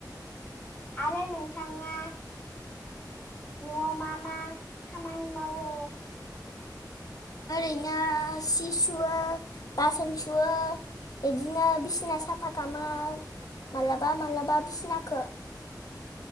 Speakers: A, on the left; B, on the left.
A: आरोे नोथाङा न'आव मा मा खामानि मावो?
B: बिदिनो सि सुयो बासोन सुयो बिदिनो बिसिना साफा खालामो मालाबा मालाबा बिसनाखौ